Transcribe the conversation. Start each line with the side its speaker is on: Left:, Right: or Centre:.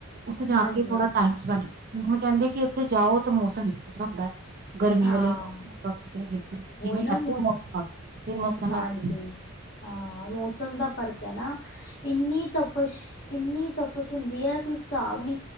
Right: ਉੱਥੇ ਜਾ
Left: ਹਾਂਜੀ
Right: ਕੇ ਥੋੜਾ ਟਾਈਮ ਸਪੈਂਡ ਕਰਨ ਨੂੰ ਉਹ ਕਹਿੰਦੇ, ਕਿ ਉੱਥੇ ਜਾਓ ਤਾਂ ਮੌਸਮ ਇੱਕੋ ਜਿਹਾ ਹੁੰਦਾ। ਗਰਮੀ
Left: ਹਾਂ
Right: ਵਾਲਾ ਮੌਸਮ ਹੁੰਦਾ ਸੀ, ਜਿਵੇਂ
Left: ਉਹੀ ਨਾ
Right: ਅੱਠ
Left: ਮੌਸ
Right: ਮੌਸਮ ਹੁੰਦੇ ਸੀ, ਉਹ ਮੌਸਮ
Left: ਹਾਂਜੀ
Right: ਅਸਲੀ ਹੁੰਦਾ ਸੀ।
Left: ਹਾਂ ਮੌਸਮ ਦਾ ਫਰਕ ਹੈ ਨਾ, ਇੰਨੀ ਤਪਸ਼ ਇੰਨੀ ਤਪ ਕੁਛ ਹੁੰਦੀ ਹੈ ਕੋਈ ਹਿਸਾਬ ਨੀ